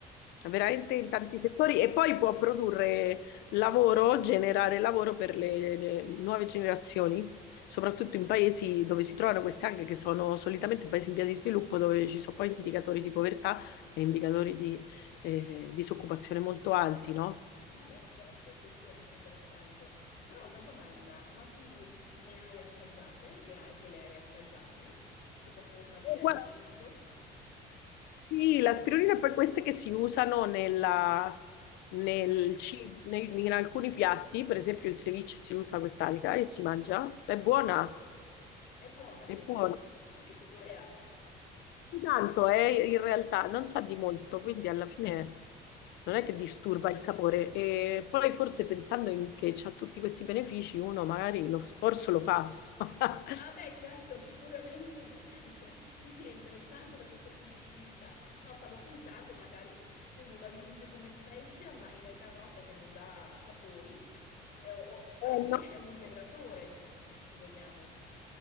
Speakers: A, on the left (about 85°); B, on the left (about 60°).
A: veramente in tanti settori e poi può produrre lavoro, generare lavoro per le, le nuove generazioni, soprattutto in paesi dove si trovano queste anche che sono solitamente paesi in via di sviluppo dove ci sono poi indicatori di povertà e indicatori di eh, disoccupazione molto alti, no?
B: Ah beh, certo, questo è anche interessante. Però ho una domanda, ma tu ne hai assaggiate? Le alghe le hai assaggiate sotto forma di
A: Eh,
B: alimento?
A: guarda, Sì, l'aspirina è poi queste che si usano nella- nel ci- nei- in alcuni piatti, per esempio il ceviche si usa quest'alga e si mangia, è buona,
B: È buona,
A: è
B: sì?
A: buona.
B: Ma che sapore ha?
A: Tanto è in realtà non sa di molto, quindi alla fine non è che disturba il sapore. E poi forse pensando in- che ha tutti questi benefici, uno magari lo sforzo lo fa. <laughs>
B: Ah beh, certo, sicuramente. <laughs> Sì, sì, è interessante da questo punto di vista. No, stavo pensando magari se uno lo aggiunge come spezia, ma in realtà no, perché non dà sapori. Eh, o- alla
A: Eh,
B: fine
A: no.
B: è un integratore, mm, se vogliamo.